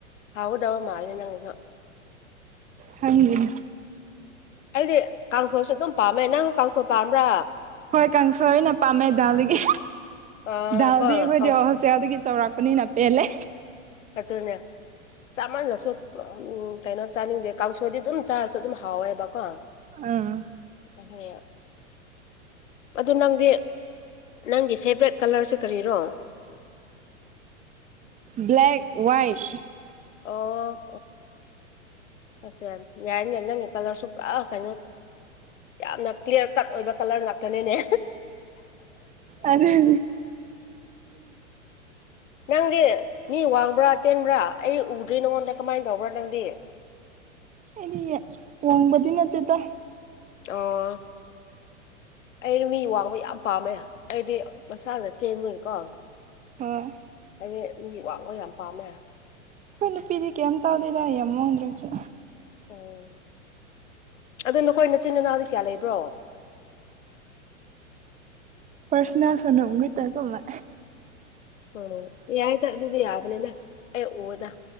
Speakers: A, on the left; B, on the right.
A: ꯍꯥꯎꯗꯕ ꯃꯥꯜ ꯅꯪ
B: ꯍꯪꯒꯅ
A: ꯑꯩꯗꯤ ꯀꯥꯡꯁꯣꯁꯦ ꯑꯗꯨꯝ ꯄꯥꯝꯃꯦ ꯅꯪꯅ ꯀꯥꯡꯁꯣ ꯄꯥꯝꯕ꯭ꯔꯥ
B: ꯀꯥꯡꯪꯁꯔꯤ ꯅꯄꯝꯃꯦ ꯗꯗꯥꯗꯒꯤ
A: ꯑꯥ
B: ꯗꯥꯜꯗꯤ
A: ꯀꯣ
B: ꯑꯩꯈꯣꯏꯗꯤ
A: ꯀꯥꯡꯁ
B: ꯍꯣꯁꯇꯦꯜꯗꯒꯤ ꯆꯥꯎꯔꯥꯛꯄꯅꯤꯅ ꯄꯦꯜꯂꯦ
A: ꯑꯗꯅ ꯆꯥꯃꯟꯗꯁꯨ ꯀꯩꯅꯣ ꯆꯥꯅꯤꯡꯗꯦ ꯀꯥꯡꯁꯣꯏꯗꯤ ꯑꯗꯨꯝ ꯆꯥꯔꯁꯨ ꯑꯗꯨꯝ ꯍꯥꯎꯋꯦꯕꯀꯣ
B: ꯑ
A: ꯍꯝ ꯑꯗꯨ ꯅꯪꯗꯤ ꯅꯪꯒꯤ ꯐꯦꯚꯣꯔꯥꯏꯠ ꯀꯂꯔꯁꯦ ꯀꯔꯤꯔꯣ <unintelligible>
B: ꯕ꯭ꯂꯦꯛ ꯋꯥꯏꯠ
A: ꯑꯣ ꯑꯣ ꯑꯣ ꯑꯣ ꯌꯥꯏꯔ ꯀꯣ ꯀꯂꯔꯁꯨ ꯄꯨ꯭ꯔꯥꯔ ꯀꯣ ꯌꯥꯝꯅ ꯀ꯭ꯂꯤꯌꯥꯔ ꯀꯠ ꯑꯣꯏꯕ ꯀꯂꯔ ꯉꯥꯛꯇꯅꯤꯅꯦ
B: ꯑꯗꯤ
A: ꯅꯪꯗꯤ ꯃꯤ ꯋꯥꯡꯕ꯭ꯔꯥ ꯇꯦꯟꯕ꯭ꯔꯥ ꯑꯩ ꯎꯗ꯭ꯔꯤ ꯅꯉꯣꯟꯗ ꯀꯃꯥꯏꯅ ꯇꯧꯕ꯭ꯔꯥ ꯅꯪꯗꯤ
B: ꯏꯅꯤ ꯋꯥꯣꯡꯕꯗꯤ ꯅꯠꯇꯗꯣ
A: ꯑꯣ ꯑꯩꯩꯅ ꯃꯤ ꯋꯥꯡꯕ ꯌꯥꯝ ꯄꯥꯝꯃꯦ ꯑꯩꯗꯤ ꯃꯛꯁꯥꯗ ꯇꯦꯟꯕꯒꯤꯀꯣ
B: ꯑꯣ
A: ꯅꯒꯤ ꯥꯛꯂꯣ ꯌꯥꯝ ꯄꯥꯝꯃꯦ
B: ꯑꯩꯈꯣꯏ ꯅꯨꯄꯤꯗꯤ ꯀꯩꯝ ꯇꯧꯗꯦꯗ ꯌꯦꯡꯃꯪꯗ꯭ꯔꯒꯁꯨ
A: ꯑꯣ ꯑꯗꯨꯣ ꯅꯈꯣꯏ ꯅꯆꯤꯟ ꯏꯅꯥꯎꯗꯤ ꯀꯌꯥ ꯂꯩꯕ꯭ꯔꯣ <unintelligible>
B: ꯄꯔꯁꯅꯥ ꯁꯅꯒ ꯇꯥꯏ ꯀꯃ
A: ꯑꯣ ꯌꯥꯏꯗ ꯑꯗꯨꯗꯤ ꯌꯥꯗꯅꯦꯅ ꯑꯦ ꯑꯣꯗ